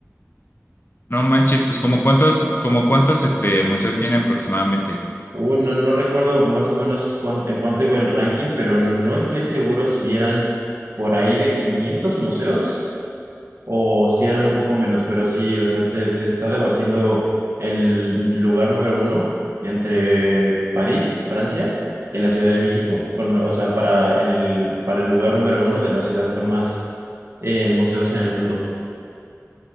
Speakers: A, on the left (about 40°); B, on the right (about 55°).
A: No manches, pues como cuántos, como cuántos este museos tiene aproximadamente.
B: Uy, no, no recuerdo más o menos cuánto, en cuánto iba el ranking, pero no estoy seguro si eran por ahí de 500 museos o si eran un poco menos, pero sí, o sea, se, se está debatiendo el lugar número uno entre París, Francia, y la Ciudad de México, con, o sea, para, en el, para el lugar número uno de la ciudad con más eh, museos en el mundo.